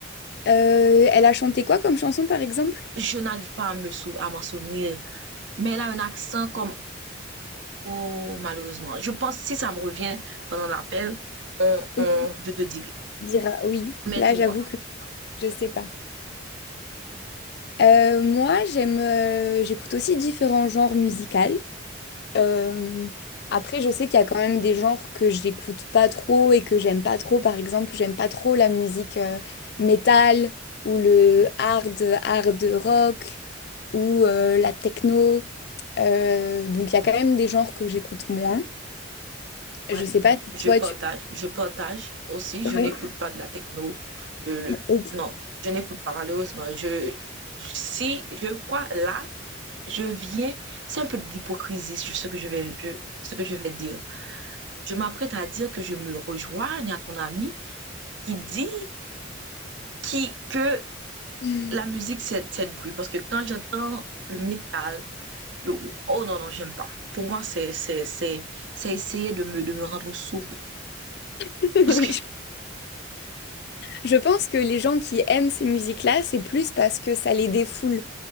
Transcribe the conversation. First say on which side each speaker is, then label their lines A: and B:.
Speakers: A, on the left (about 55°); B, on the right (about 65°).
A: Euh, elle a chanté quoi comme chanson, par exemple?
B: Je n'arrive pas à me sou, à m'en souvenir, mais elle a un accent comme oh malheureusement. Je pense si ça me revient pendant l'appel, on,
A: Oui,
B: on je te dirai.
A: on dira oui.
B: Mais
A: Là,
B: dis-moi.
A: j'avoue que je sais pas. Euh, moi, j'aime, euh, j'écoute aussi différents genres musicaux. Euh, après, je sais qu'il y a quand même des genres que j'écoute pas trop et que j'aime pas trop. Par exemple, j'aime pas trop la musique euh, métal ou le hard, hard rock ou euh, la techno. Euh, donc, il y a quand même des genres que j'écoute moins. Je
B: Ouais,
A: sais pas si
B: je
A: toi,
B: partage,
A: tu...
B: je partage aussi.
A: Oui.
B: Je n'écoute pas de la techno. Le, le-
A: Ok.
B: non, je n'écoute pas malheureusement. Je, si je crois là, je viens, c'est un peu d'hypocrisie je- ce que je vais, je- ce que je vais dire. Je m'apprête à dire que je me rejoigne à ton ami qui dit qui que
A: <laughs>
B: la musique c'est c'est de bruit parce que quand j'entends le métal, le rou- oh non non j'aime pas. Pour moi c'est c'est c'est c'est essayer de me de me rendre sourde
A: Oui,
B: parce que
A: Je pense que les gens qui aiment ces musiques-là, c'est plus parce que ça les défoule